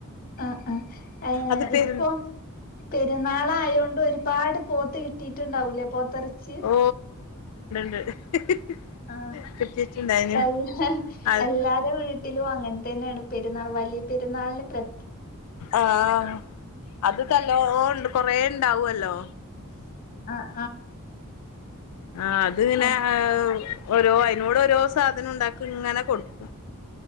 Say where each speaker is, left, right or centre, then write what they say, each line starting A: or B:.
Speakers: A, on the left; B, on the left.
A: ആ. ആഹ്. ഹേ.
B: അത് പെരു
A: ഇപ്പൊ പെരുന്നാളാ. ആയൊണ്ട്. ഒരു പാട്, പോത്ത്. കിട്ടിട്ടുണ്ടാവൂലേ. പോത്ത ർച്ചി
B: ഓ <unintelligible>
A: ആ.
B: കിട്ടിട്ടുണ്ടായിനു
A: ഹ്
B: അത്
A: എല്ലാര. ഹ്ഹ. വീട്ടിലുഅങ്ങൻ ന്നെണ്. പെരുന്നാൾ വലിയ പെരുന്നാളിന്. പ്രേ
B: ആ, ഹ, ആ, അത് കല്ലോണ്ട് കൊറേ ഉണ്ടാവുല്ലോ
A: ആഹ്
B: ആ, അത്. മ്. നെ.
A: ആഹ്
B: ഹ് ഹ് ഉ ഓരോ അയിനോട് ഓരോ സാധനം ഉണ്ടാക്കിങ്ങനെ. കൊടുക്കു